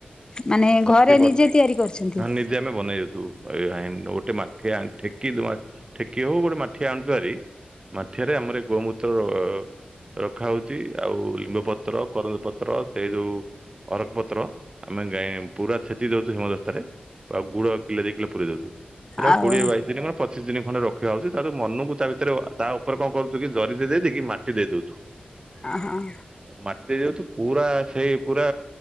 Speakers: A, on the left (about 25°); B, on the right (about 25°).
A: ମାନେ
B: ପ୍ରତିବର୍ଷ
A: ଘରେ ନିଜେ ତିଆରି କରିଛନ୍ତି?
B: ହଁ ନିଜେ ଆମେ ବନେଇଦଉଛୁ ଏଇ ହା ଗୋଟେ ମାଠିଆ ଠେକିଲୁ ଆ ଠେକି ହଉ ଗୋଟେ ମାଠିଆ ଆଣୁଚୁଭାରି ମାଠିଆରେ ଆମର ଗୋମୂତ୍ରର ରଖା ହଉ ଛି ଆଉ ଲିମ୍ବ ପତ୍ର କରଞ୍ଜ ପତ୍ର ସେଇ ଯୋଉ ଅରଖପତ୍ର ଆମେ ଗାଈ ପୁରା ଛେଚି ଦଉଛୁ ହିମଦସ୍ତାରେ। ଆଉ ଗୁଡ କିଲେ ଦୁଇ କିଲୋ ପୁରଇ ଦଉଚୁ ହେଡାକୁ
A: ଆଉ
B: କୋଡିଏ ବାଇଶ ଦିନ ପ ପଚିଶି ଦିନ ଖଣ୍ଡେ ରଖା ହଉଛି ତା ପରେ ମନକୁ ତା ଭିତରେ ତା ଉପରେ କଣ କରୁୁ କି ଜରିରେ ଦେଇକି ମାଟି ଦେଇଦଉଚୁ।
A: ଆ ହଁ।
B: ମାଟି ଦେଇଦଉଛୁ ପୁରା ସେଇ ପୁରା